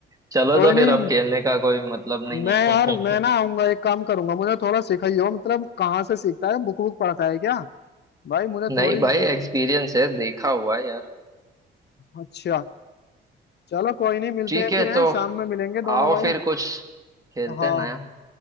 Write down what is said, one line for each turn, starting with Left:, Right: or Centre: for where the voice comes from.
Right: चलो
Left: कोई
Right: तो
Left: नहीं
Right: फिर अब खेलने का कोई मतलब नहीं
Left: मैं
Right: है
Left: यार मैं ना आऊंगा एक काम करूंगा मुझे थोड़ा सिखाइयो मतलब कहाँ से सीखता है बुक बुक पढ़ता है क्या भाई
Right: <laughs>
Left: मुझे
Right: नहीं
Left: थोड़ी
Right: भाई एक्सपीरियंस है देखा हुआ है यार
Left: अच्छा चलो कोई नहीं मिलते
Right: ठीक
Left: हैं
Right: है
Left: फिर हैं
Right: तो
Left: शाम में मिलेंगे दोनों
Right: आओ
Left: भाई
Right: फिर कुछ खेलते
Left: हाँ
Right: हैं नया